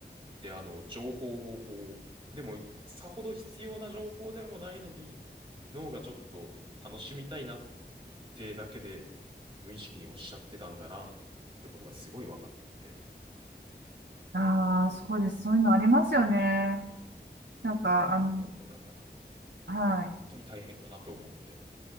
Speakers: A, on the right; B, on the right.
A: で、あの、情報をこう、でも、さほど必要な情報でもないのに、脳がちょっと楽しみたいなってだけで、無意識におっしゃってたんだなってことがすごい分かって、
B: ああ、そうです。そういうのありますよね。なんか、
A: ああ、
B: あの、
A: もう、だから、本
B: はい。
A: 当に大変だなと思って、